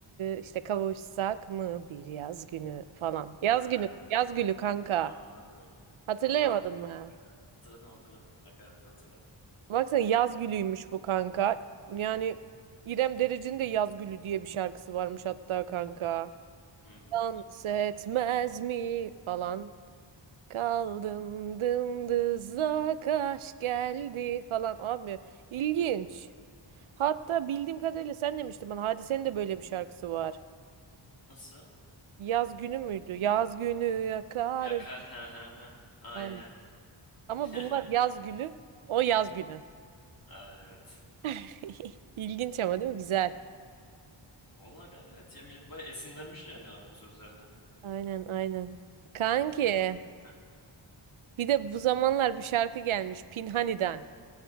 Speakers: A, on the right; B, on the left.
A: işte kavuşsak mı bir yaz günü falan. Yaz
B: Ha.
A: günü, yaz gülü kanka.
B: Anladım.
A: Hatırlayamadın
B: Tamam hatırladım.
A: mı?
B: kanka. Ha, Hatırladım hatırladım. Nakaratta hatırladım.
A: Baksana yaz gülüymüş bu kanka. Yani İrem Derici'nin de yaz gülü diye bir şarkısı varmış hatta kanka.
B: Hmm.
A: Dans etmez mi falan. Kaldım dımdızlak aşk geldi falan abi. ilginç. Hatta bildiğim kadarıyla sen demiştin bana Hadise'nin de böyle bir şarkısı var.
B: Nasıl?
A: Yaz günü müydü? Yaz günü yakarım.
B: Yakar. Ha ha ha. Aynen.
A: Aynen. Ama
B: <laughs>
A: bunlar yaz gülü. O yaz günü.
B: Aa, evet.
A: <laughs> İlginç ama değil mi? Güzel.
B: Vallahi kanka evet ya millet bayağı esinlenmiş yani ha, o sözlerden.
A: Aynen aynen. Kanki
B: Benzer. Heh.
A: bir de bu zamanlar bir şarkı gelmiş Pinhani'den.